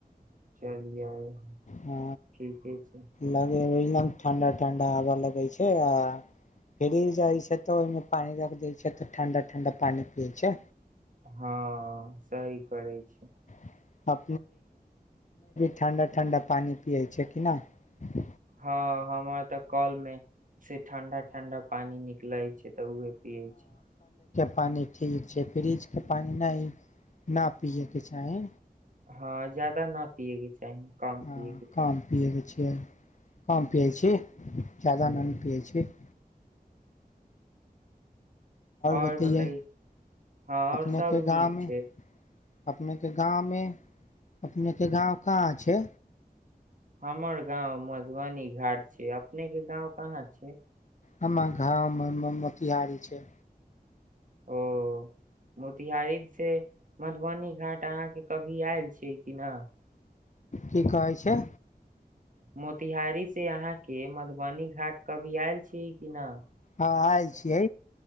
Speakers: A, on the right; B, on the left.
A: <unintelligible>
B: ह
A: ठीके छै
B: लगेबै <unintelligible>
A: हँ सही करै छी
B: <unintelligible> ठण्डा ठण्डा पानि पियै छै कि नहि
A: हँ हमर तऽ कल मे से ठंडा ठंडा पानि निकलै छै तऽ उहै पियै छियै
B: पानि ठीक छै फ्रिज के पानि नहि न पियै के चाही
A: हँ ज्यादा न पियै के चाही कम पिये
B: हँ
A: के चाही
B: कम पीयै के चाही हम पियै छी ज्यादा
A: ह
B: नन् पियै छी <inaudible>
A: आओर
B: बतैयै
A: बताइ हँ आओर
B: अपनेके
A: सब
B: गाँवमे
A: नीक छै
B: अपनेके गाँवमे अपनेके गाँव कहाँ छै
A: हमर गाँंव मधुबनी घाट छै अपनेके गाँव कहाँ छै
B: हमर गांव मोतिहारी छै
A: ओ मोतिहारी से मधुबनी घाट अहाँके कभी आएल छियै की न
B: की कहै छै
A: मोतिहारी से अहाँके मधुबनी घाट कभी आयल छियै की न
B: हँ आएल छियै